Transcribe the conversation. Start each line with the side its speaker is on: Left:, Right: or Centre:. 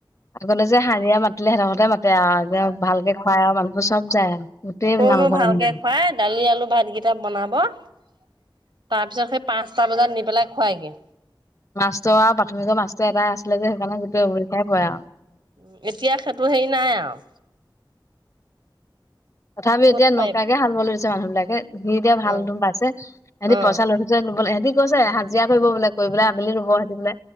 Left: আগতে যে হাৰিয়া মাতিলে সিহঁতৰ ঘৰতে মাতে আও ভালকে খুৱাই আৰু মানুহবোৰ চব যায় আৰু গোটেই
Right: কনো
Left: নামঘৰ
Right: ভালকে
Left: যায়।
Right: খুৱাই দালি আলু ভাতকেইটা বনাব তাৰ পিছত সেই পাঁচটা বজাত নি পেলাই খুৱাইগে।
Left: মাছটো আৰু প্ৰাথমিকৰ মাছটো এটাই আছিলে যে সেইকাৰণে গোটেই <unintelligible> পৰে আৰু।
Right: উ এতিয়া সেইটো হেৰি নাই আৰু।
Left: তথাপিও
Right: ক'ত
Left: এতিয়া
Right: পাৰিম
Left: নৌকোৱাকে হাল <unintelligible> মানুহ বিলাকে। সি এতিয়া ভাল
Right: অ
Left: তম পাইছে সিহঁতি
Right: অ
Left: পইচা লৈ থৈছে নবলে সিহতি কৈছে হাজিৰা কৰিব বোলে। কৰি পেলাই আবেলি ৰুব সেতি বোলে।